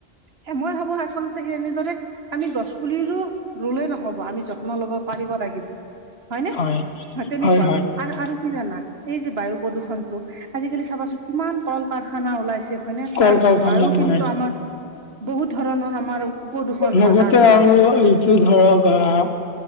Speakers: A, on the right; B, on the left.
A: এ মই ভাবো আচলতে সেই এনেদৰে আমি গছ পুলিৰো ৰুলেই নহ'ব আমি যত্ন ল'ব পাৰিব লাগিব। হয়নে?
B: হয়,
A: তেনেকুৱা
B: হয়, হয়।
A: আৰু আৰু কি জানা? এই যে বায়ু প্ৰদূষণটো আজিকালি চাবাচোন কিমান কল কাৰখানা ওলাইছে। হয়নে?
B: কল
A: তাৰ
B: কাৰখানা
A: ধোঁৱাইও কিন্তু
B: হয়,
A: আমাৰ বহুত ধৰণৰ আমাৰ প্ৰদূষণ হয়
B: লগতে
A: তাৰ পৰাও
B: আৰু এইটো ধৰক আহ